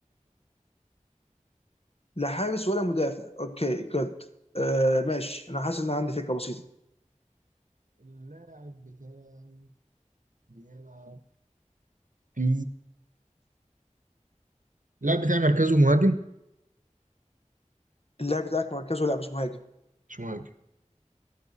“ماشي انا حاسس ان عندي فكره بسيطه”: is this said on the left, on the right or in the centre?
Left